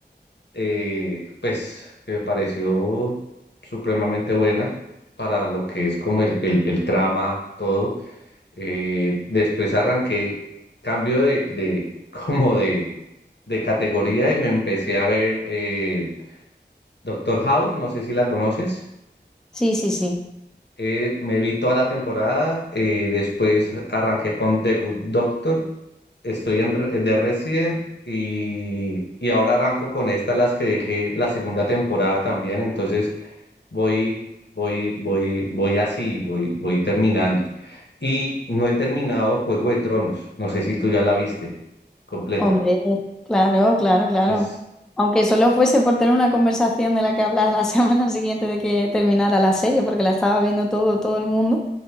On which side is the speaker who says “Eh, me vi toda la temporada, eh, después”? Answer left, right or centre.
Left